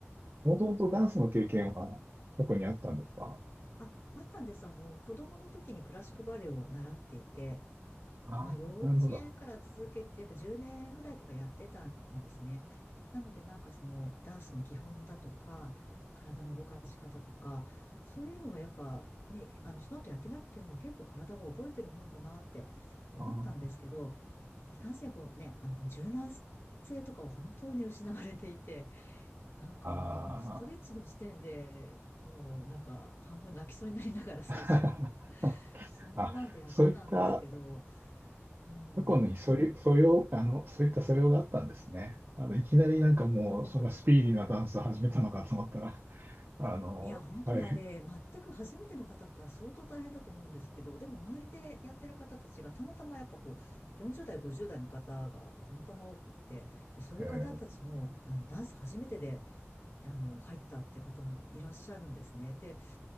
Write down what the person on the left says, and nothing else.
あ、あったんです。あの、子供の時にクラシックバレエを習っていて、
まあ幼稚園から続けて、やっぱ10年ぐらいとかやってたんですね。なのでなんかそのダンスの基本だとか、体の動かし方とか、そういうのはやっぱね、あの、その後やってなくても結構体が覚えてるもんだなって思ったんですけど、
いかんせんこうね、あの、柔軟性とかは本当に失われていて、なんかもう、
ストレッチの時点で、もうなんか半分泣きそうになりながら最初。
<laughs>
そんなんでやってたんですけど、
うん。
そう、
いや、本当にあれ、
全く初めての方だったら相当大変だと思うんですけど、でも周りでやってる方たちがたまたまやっぱこう、40代、50代の方がたまたま多くって、で、そういう方たちも、
あの、ダンス初めてで、あの、入ったって方もいらっしゃるんですね。で、